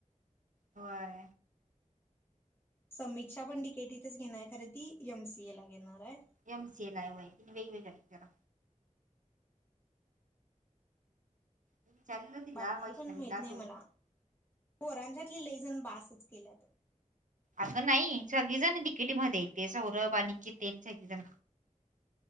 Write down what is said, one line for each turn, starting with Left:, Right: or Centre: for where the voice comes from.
Right: होय
Left: समीक्षा पण तिकेटीतच घेणार आहे खरे ती एम सी ए ला घेणार आहे
Right: एम सी ए लायव आहे वेगवेगळ्या करा विचारलेलो तिला
Left: बाकीची
Right: वैष्णवीला
Left: पण माहित नाही
Right: गं
Left: मला पोरांच्यातली लैजन बसच केल्यात
Right: अगं नाही सगळीजण तिकेटी म तेे सौरभ आणि के सगळीजण